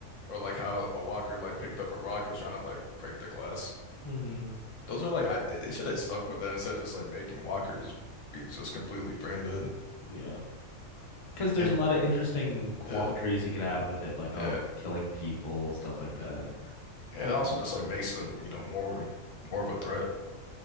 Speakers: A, on the left (about 70°); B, on the left (about 50°).
A: or like how a walker like picked up a rock was trying to like break the glass.
B: hmm
A: Those are like I, they should have stuck with that instead of just like making walkers be just completely brand dead.
B: Yeah. because there's
A: and
B: a lot of interesting quandaries
A: uh,
B: you could have with it, like, oh,
A: uh,
B: are you killing people, stuff like that.
A: and also just like makes them, you know, more more of a threat.